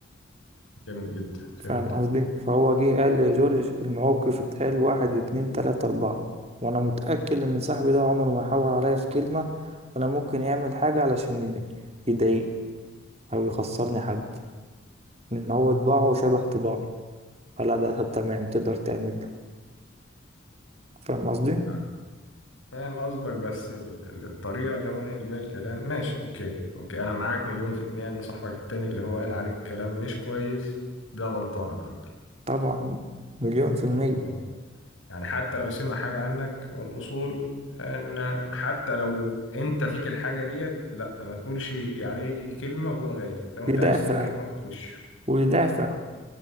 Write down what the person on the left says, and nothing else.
جامد جدا فهمتك
آه. فاهم قصدك بس ال- ال- الطريقة اللي هو نقل بيها الكلام ماشي اوكي اوكي انا معاك مليون في المية ان صاحبك التاني اللي هو قال عليك كلام مش كويس ده غلطان على فكرة
ده
غلطان يعني حتى لو سمع حاجة عنك والاصول ان حتى لو انت فيك الحاجة ديت لا ما تقولش عليه كلمة وهو غايب لو
انت عايز تقول كلمة قولها في وشه